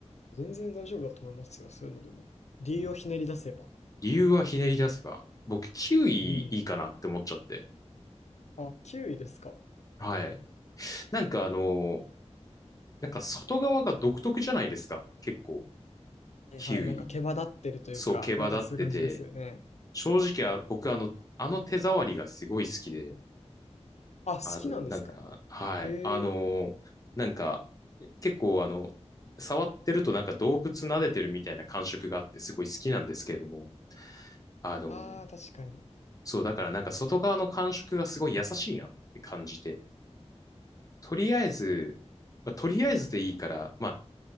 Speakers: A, on the left (about 75°); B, on the left (about 30°).
A: え、全然大丈夫だと思いますよ、そういうのでも。理由をひねり出せば。
B: うん理由はひねり出せば、僕、キウイいいかなって思っちゃって。
A: うん。あ、キウイですか。
B: はい。なんかあの、なんか外側が独特じゃないですか。結構、
A: はいはい、
B: キウイ。
A: なんか毛羽立ってるというか、
B: そう、毛羽立ってて、
A: なんかそういう感じですよね。
B: 正直は僕あの、あの手触りがすごい好きで、
A: あ、好きなんですか。
B: あの、なんか、はい、
A: へ
B: あの、
A: え。
B: なんか、結構あの、触ってるとなんか動物撫でてるみたいな感触があってすごい好きなんですけれども、あの、
A: ああ、確かに。
B: そう、だからなんか外側の感触がすごい優しいなって感じて、とりあえず、まあ、とりあえずでいいから、まあ、